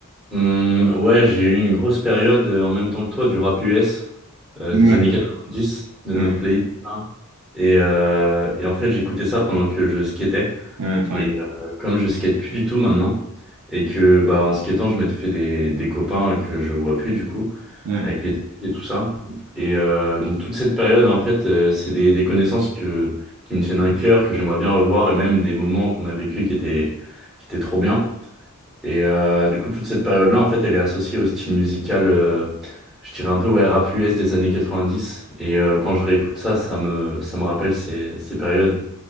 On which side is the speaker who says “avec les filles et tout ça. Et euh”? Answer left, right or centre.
Centre